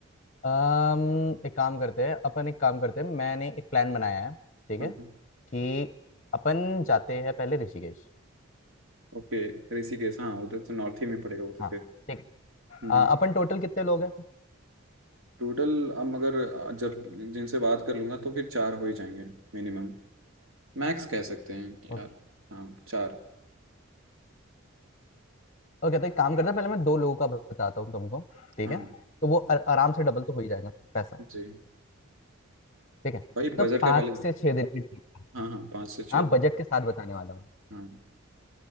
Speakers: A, on the left (about 35°); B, on the right (about 80°).
A: अम एक काम करते हैं अपन एक काम करते हैं मैंने एक प्लान बनाया है ठीक
B: हाँ
A: है कि अपन जाते हैं पहले ऋषिकेश
B: ओके ऋषिकेश हाँ उधर तो नॉर्थ ही में पड़ेगा वो तो फिर
A: हाँ ठीक
B: हम्म
A: अ, अपन टोटल कितने लोग हैं
B: टोटल अब मगर जब जिनसे बात कर लूंगा तो फिर चार हो ही जाएंगे मिनिमम मैक्स कह सकते हैं कि
A: ओके
B: यार हाँ चार
A: ओके तो एक काम करते हैं पहले मैं दो लोगों का बताता हूँ तुमको ठीक
B: हाँ
A: है तो वो आ- आराम से डबल तो हो ही जाएगा पैसा
B: जी
A: ठीक है
B: भाई
A: तो
B: बजट
A: पाँच
B: का पहले
A: से छः दिन की ट्रिप
B: हाँ हाँ पाँच से छः
A: हाँ
B: दिन
A: बजट के साथ बताने वाला हूँ
B: हाँ